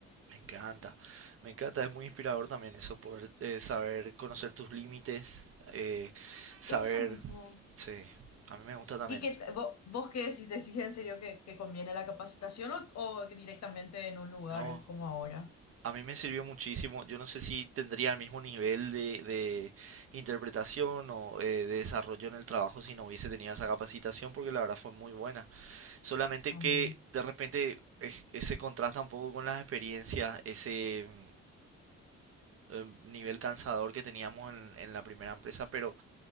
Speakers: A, on the right; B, on the left.
A: Me encanta, me encanta, es muy inspirador también eso, poder eh, saber conocer tus límites, eh, saber,
B: Eso mismo.
A: sí, a mí me gusta también
B: ¿Y que
A: eso.
B: vos, vos qué decís? ¿Decís en serio que, que conviene la capacitación o, o directamente en un lugar
A: No.
B: como ahora?
A: A mí me sirvió muchísimo. Yo no sé si tendría el mismo nivel de, de interpretación o eh, de desarrollo en el trabajo si no hubiese tenido esa capacitación, porque la verdad fue muy buena. Solamente
B: También.
A: que de repente es- ese contrasta un poco con las experiencias, ese mm, eh, nivel cansador que teníamos en, en la primera empresa, pero